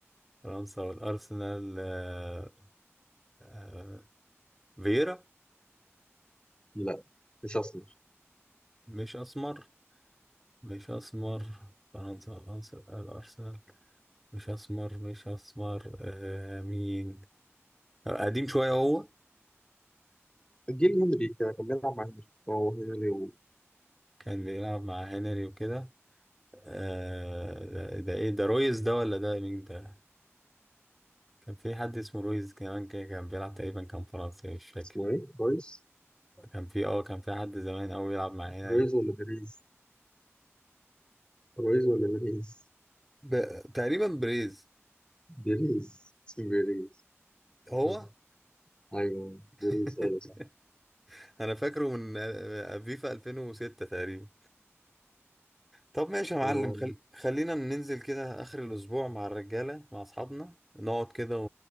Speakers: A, in the centre; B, on the left (about 20°).
A: فرنسا والارسنال آه... آه... فييرا
B: لا مش أسمر
A: مش اسمر مش اسمر فرنسا والارسنال آه، الارسنال مش اسمر مش اسمر آه... مين آه، قديم شوية هو
B: جيل هنري كده كان بيلعب مع هنري هو هنري و...
A: كان بيلعب مع هنري وكده آه ده, ده ايه ده رويز ده ولا ده مين ده كان في حد اسمه رويز كمان كده كان بيلعب تقريبا كان فرنسي مش فاكر
B: اسمه ايه؟ رويس
A: كان في اه كان في حد زمان قوي بيلعب مع هنري
B: رويز ولا بيريز رويز ولا بيريز؟
A: ب... تقريبا بريز
B: بيريز اسمه بيريز
A: هو
B: مم. أيوه
A: <laughs>
B: بيريز أيوه صح
A: انا فاكره من آه، فيفا 2006 تقريبا طب ماشي يا معلم
B: هو
A: خل... خلينا ننزل كده آخر الأسبوع مع الرجالة مع أصحابنا نقعد كده و...